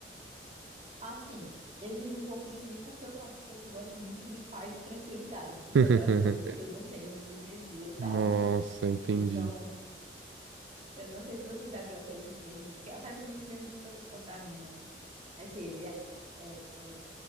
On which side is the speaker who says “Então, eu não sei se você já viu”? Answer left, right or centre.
Right